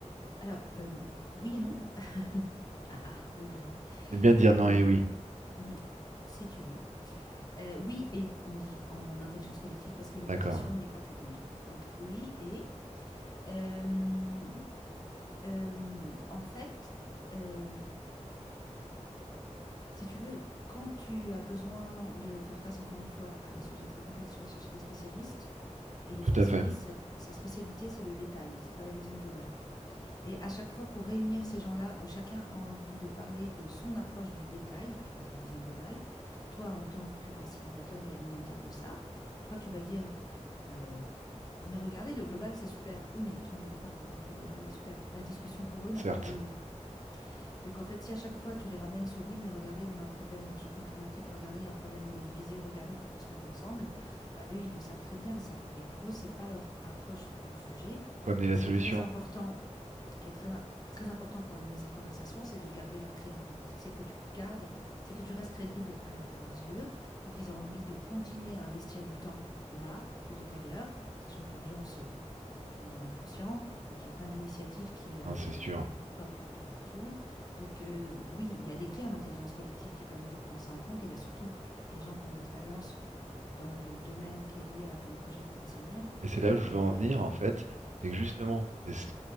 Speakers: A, on the left (about 30°); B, on the right (about 80°).
A: Alors, euh, oui et non. <laughs> Ah, ah, le gris.
B: J'aime bien dire
A: Euh,
B: non et oui.
A: mhm, si tu veux. Euh, oui et, on dit en intelligence collective, parce que l'opposition
B: D'accord,
A: n'est pas féconde. Donc oui et. euh, euh, en fait, euh, si tu veux, quand tu as besoin de faire face, encore une fois, à des sujets très complexes, tu vas chercher des spécialistes. Et le
B: tout
A: spécialiste,
B: à fait,
A: sa, sa spécialité, c'est le détail, c'est pas la vision globale. Et à chaque fois, pour réunir ces gens-là, où chacun a envie de parler de son approche du détail et pas de la vision globale, toi, en tant que facilitateur et animateur de ça, toi, tu vas dire, euh, mais regardez, le global, c'est super. Oui, mais tout le monde est d'accord pour dire que le global est super. La discussion pour eux n'a
B: certes.
A: pas lieu là. Donc, en fait, si à chaque fois, tu les ramènes sur, oui, mais regardez, on a un problème, le réchauffement climatique, regardez, il y a un problème, on est divisé, regardez, il faut qu'on se mette ensemble, bah, eux, ils le savent très bien, ça. Et pour eux, c'est pas leur approche du sujet.
B: Faut amener
A: Et
B: la
A: ce
B: solution,
A: qui est très important qui est très, très important pour animer cette conversation, c'est de garder leur crédibilité, c'est que tu gardes, c'est que tu restes crédible à, leur, à leurs yeux pour qu'ils aient envie de continuer à investir du temps là plutôt qu'ailleurs, sachant que l'urgence, euh, bah, tout le monde en est conscient et qu'il y a plein d'initiatives qui euh,
B: Non, c'est sûr.
A: pop de partout. Donc euh, oui, il y a des clés en intelligence collective qui permettent de prendre ça en compte et il y a surtout des gens qui ont de l'expérience dans le domaine qui est lié à ton projet professionnel
B: Et c'est là où je
A: euh,
B: veux en venir, en fait, c'est que justement, c'est ce,